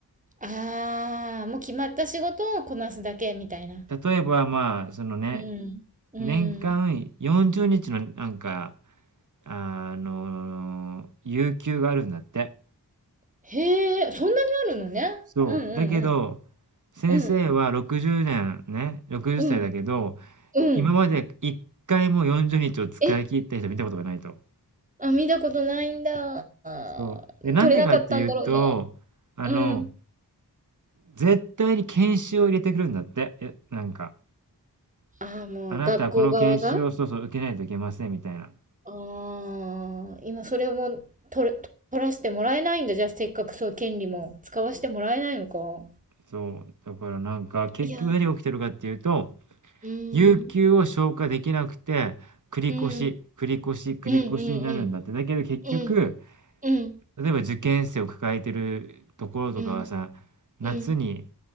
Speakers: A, on the right; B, on the right.
A: ああ、もう決まった仕事をこなすだけみたいな。
B: 例えば、まあ、そのね、
A: うん。うん。
B: 年間40日のなんか、あの、有給があるんだって。
A: へえ、そんなにあるのね。
B: そう。
A: うんうん
B: だけど、先生は60年ねんね、
A: うん。うん。
B: 60歳だけど、
A: うん。うん。
B: 今まで一回も40日を使い切った人見たことがないと。
A: えあ、見たことないんだ。あー、
B: そう。で、なんでかっていうと、
A: 取れなかったんだろうね。
B: あの、
A: うん。
B: 絶対に研修を入れてくるんだって。えなんか、
A: ああ、もう学校側が
B: あなたはこの研修をそうそう受けないといけませんみたいな。
A: ああ、今それをもう取れ、取らせてもらえないんだ。じゃあせっかくそういう権利も使わせてもらえないのか。
B: そう、だからなんか、結局何が起きてるかっていうと、
A: いや、うーん、
B: 有給を消化できなくて、繰り越し、
A: うん、
B: 繰り越し、繰り越しになるんだって。
A: うん、うん、うん、
B: だけど結局、
A: うん、うん、
B: 例えば受験生を抱えてるところとかはさ、
A: うん、
B: 夏に、
A: うん。